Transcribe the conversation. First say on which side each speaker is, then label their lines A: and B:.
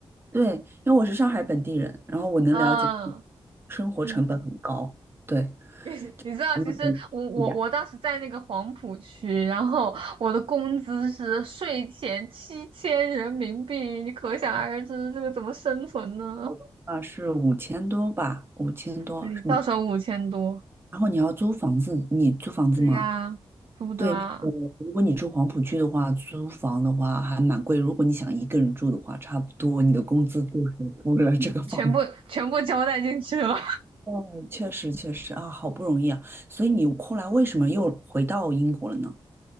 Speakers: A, on the right; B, on the right.
A: 对，因为我是上海本地人，然后我能了解
B: 嗯
A: 生活成本很高。
B: 嗯。
A: 对，
B: <laughs> 你知道，
A: 我有点低的，
B: 其实我我我当时在那个黄浦区，然后我的工资是税前七千人民币，你可想而知这个怎么生存呢？
A: 我的话是五千多吧，五千多是吗？
B: 对，到手五千多，
A: 然后你要租房子，你租房子吗？
B: 对呀、租的啊，
A: 对，那个如果你住黄浦区的话，租房的话还蛮贵。如果你想一个人住的话，差不多你的工资就是付了这个房
B: 全部全部交代进去了。
A: 哦，确实确实啊，好不容易啊，所以你后来为什么又回到英国了呢？